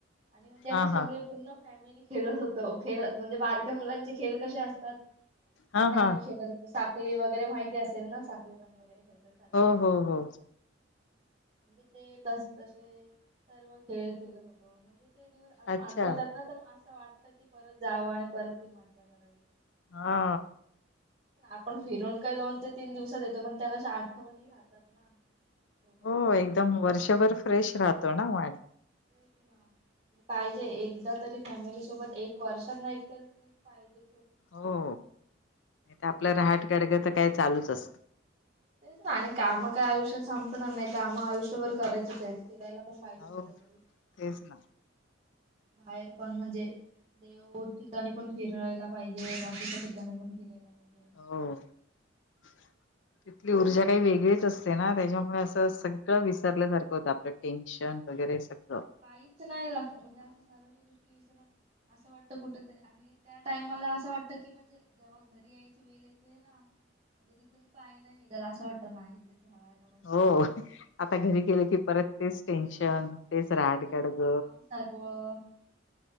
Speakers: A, on the right; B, on the left.
A: आणि म्हणजे आम्ही
B: हा
A: सगळी
B: हा
A: पूर्ण फॅमिली खेळत होतो खेळत म्हणजे बारक्या मुलांचे खेळ कसे असतात.
B: हा
A: त्या
B: हा
A: आम्ही खेळत असतो, साखली वगैरे माहिती असेल ना साखळी पाणी वगैरे- सर्वांची
B: हो
A: साखळी
B: हो हो
A: म्हणजे ते तस तसे सर्व खेळ खेलत होतो म्हणजे, ते दिवस अजून
B: अच्छा.
A: आठवतात ना तर मग असं वाटतं की परत जावं आणि परत ती मज्जा करावी.
B: हा
A: आपण फिरून काही दोन ते तीन दिवसात येतो पण त्या क आठवणणी राहतात. कर ना. सोबत
B: हो एकदम वर्षभर फ्रेश राहतो ना मग.
A: तेच ना आणि पाहिजे एकदा तरी फॅमिली सोबत एक वर्षात नाही तरी ट्रिप पाहिजे.
B: हो नाही तर आपलं रहाट गडगं तर काय चालूच असतं.
A: तेच ना आणि काम काय आयुष्यात संपणार नाही, काम आयुष्यभर करायचीच आहेत फिरायला, प पाहिजे
B: हो
A: थोड तरी
B: तेच ना
A: बाहेर पण म्हणजे, देऊ ठिकाणी पण फिरायला पाहिजे, बाकीच्या ठिकाणी पण फिरायला पाहिजे.
B: हो तथली ऊर्जा, काही वेगळेच असते ना त्याच्यामुळे असं सगळं विसरल्यासारखं होतं आपल्या, टेन्शन वगैरे सगळं,
A: पाहीच नाही म्हणजे असं सर्व गोष्टी <unintelligible> अस वाटतं कुठ आणि त्या टाइमला असं वाटत की म्हणजे, घरी यायची वेळ येते ना, म्हणजे तिथून पाय नाही निघत असं वाटत नाही इथच राहावं.
B: हो आता घरी गेले की परत, तेच टेन्शन,
A: हा
B: तेच राहाटगाडग.
A: तेच काम सर्व असंच